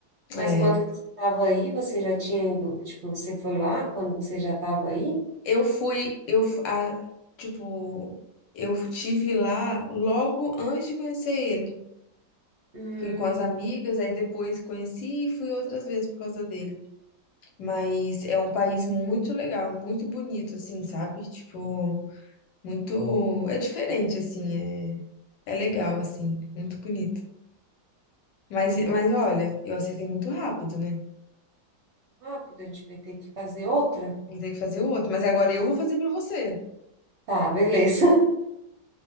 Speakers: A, on the right (about 50°); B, on the left (about 80°).
A: Mas
B: É.
A: quando você estava aí, você já tinha ido, tipo, você foi lá quando você já estava aí?
B: Eu fui, eu, f- a, tipo, eu tive lá logo antes de conhecer ele.
A: Hum,
B: Fui com as amigas, aí depois conheci e fui outras vezes por causa dele. Mas é um país muito legal, muito bonito, assim, sabe? Tipo, muito. É diferente, assim, é, é legal, assim, muito bonito. Mas, mas olha, eu acertei muito rápido, né?
A: rápido, a gente vai ter que fazer outra?
B: Vou ter que fazer o outro. Mas agora eu vou fazer pra você.
A: Tá, beleza. <laughs>